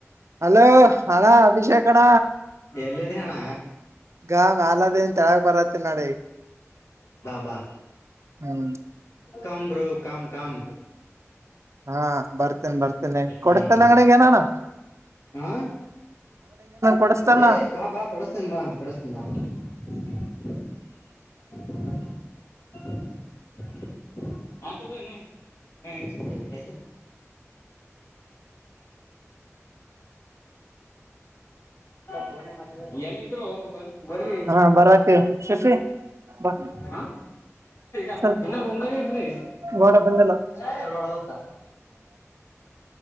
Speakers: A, on the right; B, on the left.
A: ಹಲೋ ಹಣಾ ಅಭಿಷೇಕಣ
B: ಎಲ್ಲಿದೆ ಅಣ್ಣ
A: ಗ ನಾಲದಿನ ತೆಳಗ ಬರತ್ತ ನೋಡಿ
B: ಬಾ ಬಾ
A: ಹ್ಮ್
B: ಕಾಮ ಬ್ರೌ ಕಾಮ ಕಾಮ
A: ಹಾ ಬರ್ತೇನೆ ಬರ್ತೇನೆ ಕೊಡಸ್ತಲ್ಲ
B: ಹ್ಮ್
A: ಅಂಗಡಗನಾನ
B: ಹ
A: ಕೊಡಸ್ತಲ್ಲ
B: ಏ ಬಾ ಬಾ ಕೊನ್ ಬಾ ಕೊನ್ ಬಾ <unintelligible> ಹಾತ್ ಯಿಡು ಯಿನ್ ಇಷ್ಟ ಫೋನ್ ನಾಗ್ ಮತ್ತ ಆಡ ಎಲ್ಲಿದ್ರು ಬರಿ ಬರಿ
A: ಹಾ ಬರತ್ತೆ ಶಶಿ ಬಾ
B: ಹ ಗ
A: ಸ್ವಲ್ಪ
B: ಇನ ರೂಮ್ ದಾಗೆ ಇದ್ರಿ
A: ಗೋಡ ಬಂದಿಲ್ಲ
B: ಚೇತಾಬ್ಯಾಡದ ಅಂತ